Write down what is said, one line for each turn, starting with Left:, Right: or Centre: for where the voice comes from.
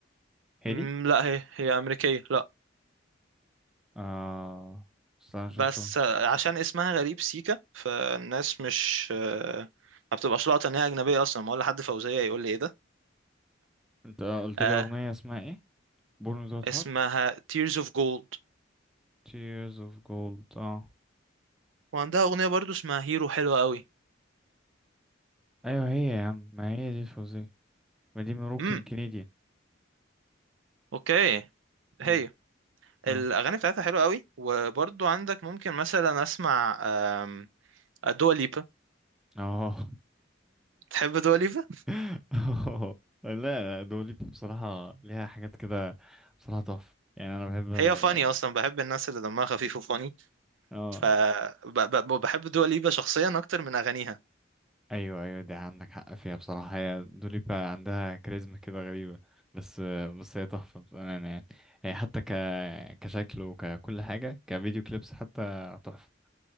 Centre: هادي
Right: مم، لا هي هي امريكية لا
Centre: اه استنى
Right: بس
Centre: شفته
Right: آه، عشان اسمها غريب سيكا فالناس مش آه، ما بتبقاش لاقطة ان هي اجنبية اصلا ما ولا حد فوزية يقول لي ايه ده
Centre: انت قلت
Right: آه،
Centre: لي اغنية اسمها ايه Born Without
Right: اسمها
Centre: Heart
Right: Tears of Gold
Centre: Tears of Gold اه
Right: وعندها اغنيه برضو اسمها هيرو حلوه قوي
Centre: ايوه هي يا عم ما هي دي فوزية ما دي مروكن
Right: امم
Centre: كنديان
Right: اوكي
Centre: امم
Right: هي
Centre: اه
Right: الاغاني بتاعتها حلوه قوي وبرضو عندك ممكن مثلا اسمع آم، دوا ليبا
Centre: اه
Right: تحب دوا ليبا
Centre: <laughs> آه. لا دولي بصراحة ليها حاجات كده بصراحة تحفة يعني أنا بحب
Right: هي فاني
Centre: يعني
Right: اصلا بحب الناس اللي دمها خفيف وفاني
Centre: اه
Right: فبحب دوا ليبا شخصيا اكتر من اغانيها
Centre: أيوه أيوه دي عندك حق فيها بصراحة هي دوليبا عندها كاريزما كده غريبة بس بس هي تحفة بأمانة يعني هي حتى ك كشكل وككل حاجة كفيديو كليبس حتى تحفة